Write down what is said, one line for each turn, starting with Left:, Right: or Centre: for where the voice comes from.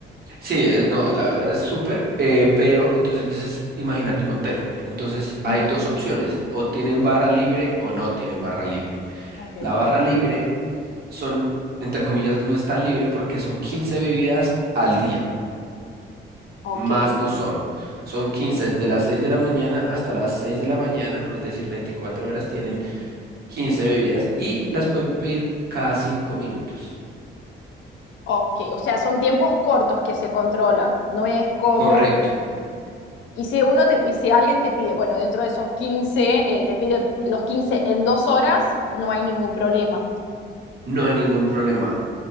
Right: Sí, es- no, la verdad es súper, eh, pero entonces es- imagínate un hotel. Entonces
Left: Ujú,
Right: hay dos opciones, o tienen barra libre o no tienen barra libre.
Left: Ok,
Right: La barra libre son, entre comillas, no es tan libre porque son 15 bebidas al día,
Left: ok,
Right: más no son. Son 15 desde las 6 de la mañana hasta las 6 de la mañana, es decir, 24 horas tienen
Left: Ujú.
Right: 15 bebidas y las pueden pedir cada 5 minutos.
Left: Ok, o sea, son tiempos cortos que se controlan, no es como
Right: Correcto,
Left: de- Y si uno te, y si alguien te pide, bueno, dentro de esos 15 eh, te piden los 15 en dos horas, no hay ningún problema.
Right: no hay ningún problema.